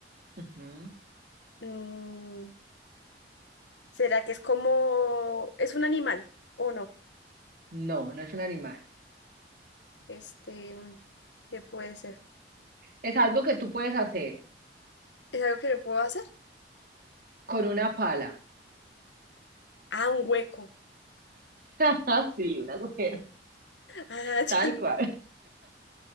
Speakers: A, on the right; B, on the left.
A: Ujú.
B: Mm, ¿será que es como... es un animal o no?
A: No, no es un animal.
B: Este, mm, ¿qué puede ser?
A: Es algo que tú puedes hacer
B: ¿Es algo que le puedo hacer?
A: con una pala.
B: Ah, un hueco.
A: <laughs> Sí, un agujero,
B: Ah, <laughs>
A: tal
B: ya.
A: cual.